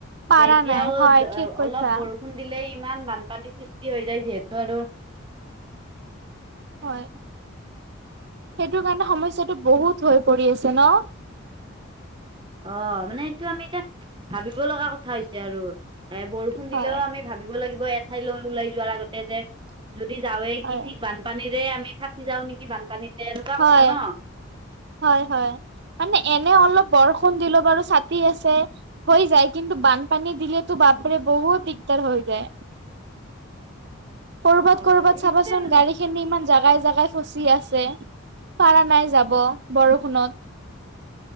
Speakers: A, on the right; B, on the right.
A: পাৰা
B: যে এতিয়াও
A: নাই হয় ঠিক কৈছা
B: অলপ বৰ দিলেই ইমান বানপানী সৃষ্টি হৈ যায় যিহেতু আৰু
A: হয় সেইটো কাৰণে সমস্যাটো বহুত হৈ পৰি আছে ন
B: অ মানে এইটো আমি এতিয়া ভাবিব লগা কথা হৈছে আৰু এ বৰষুণ
A: হয়
B: দিলেও আমি ভাবিব লাগিব এঠাইলৈ ওলাই যোৱাৰ আগতে যে যদি যাৱে
A: হয়
B: কি ঠিক বা বান পানীৰে আমি ফাঁচি যাওঁ নেকি বানপানীতে এনেকুৱা
A: হয়,
B: কথা ন
A: হয় হয় মানে এনে অলপ বৰষুণ দিলো বাৰু ছাতি আছে হৈ যায় কিন্তু বানপানী দিলেতো বাপৰে বহুত দিগদাৰ হৈ যায় কৰ'বাত
B: অ',
A: কৰ'বাত
B: সেইটোয়ে
A: চাবাচোন
B: মানে
A: গাড়ীখিনি ইমান জাগাই জোগাই ফচি আছে পাৰা নাই যাব বৰষুণত